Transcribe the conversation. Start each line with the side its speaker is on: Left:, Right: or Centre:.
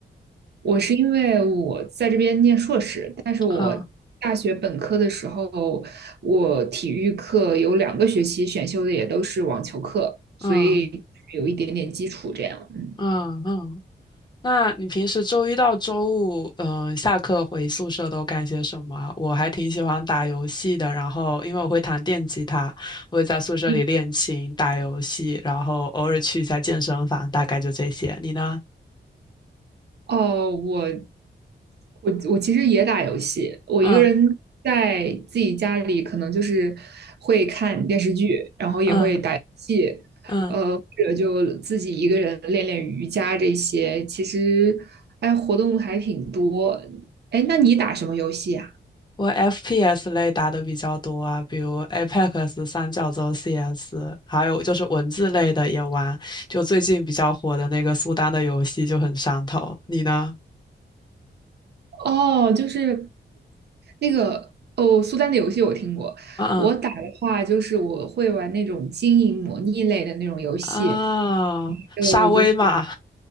Right: 我是因为我在这边念硕士，但是我大学本科的时候，
Left: 嗯
Right: 我体育课有两个学期选修的也都是网球课，所以有一点点基础这样。
Left: 嗯
Right: 嗯
Left: 嗯嗯。那你平时周一到周五，嗯，下课回宿舍都干些什么啊我还挺喜欢打游戏的，然后因为我会弹电吉他，我会在宿舍里练琴、
Right: 嗯。
Left: 打游戏，然后偶尔去一下健身房，大概就这些。你呢？
Right: 哦，我我我其实也打游戏，我一个人在自己家里，
Left: 嗯
Right: 可能就是会看电视剧，然后也会打游戏，
Left: 嗯嗯，
Right: 呃，或者就自己一个人练练瑜伽这些。其实，哎，活动还挺多。哎，那你打什么游戏啊？
Left: 我 FPS 类打的比较多啊，比如 Apex、三角洲 CS，还有就是文字类的也玩，就最近比较火的那个苏丹的游戏就很上头。你呢？
Right: 哦，就是那个哦，苏丹的游戏我听过。
Left: 嗯嗯。
Right: 我打的话，就是我会玩那种经营模拟类的那种游戏，
Left: 啊，
Right: 还有就是
Left: 沙威玛，